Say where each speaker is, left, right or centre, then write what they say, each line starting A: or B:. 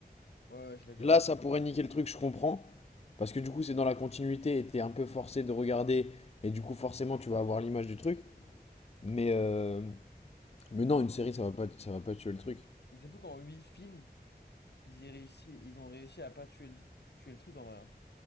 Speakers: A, on the left; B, on the left.
A: Ouais, ouais, je suis d'accord.
B: Là, ça pourrait niquer le truc, je comprends. Parce que du coup, c'est dans la continuité et t'es un peu forcé de regarder. Et du coup, forcément, tu vas avoir l'image du truc. Mais, euh, mais non, une série, ça va pas, ça va pas tuer le truc.
A: Mais c'est fou qu'en huit films, ils aient réussi, ils ont réussi à pas tuer le, tuer le truc en vrai. hein.